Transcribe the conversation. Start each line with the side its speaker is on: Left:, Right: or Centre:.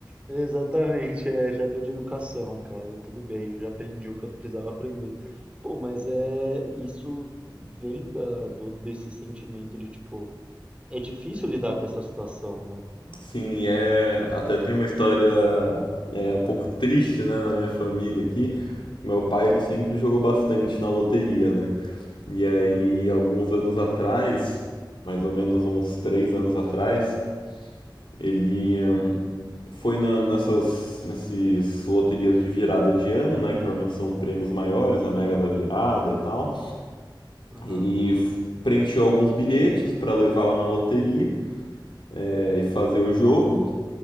Right: Exatamente, é, já deu de educação, cara, tudo bem, eu já aprendi o que eu precisava aprender. Pô, mas é, isso vem da, do- desse sentimento de, tipo, é difícil lidar com essa situação, né?
Left: <laughs> Sim, é até tem uma história é um pouco triste, né, na minha família aqui. Meu pai ele sempre jogou bastante na loteria, né? E aí,
Right: Aham,
Left: alguns anos atrás, mais ou menos uns três anos atrás, ele hum, foi na- nessas nesses loterias de virada de ano, né? Que normalmente são prêmios maiores, a Mega da Virada e tal.
Right: aham.
Left: Ele f- preencheu alguns bilhetes para levar lá na loteria é, e fazer o jogo.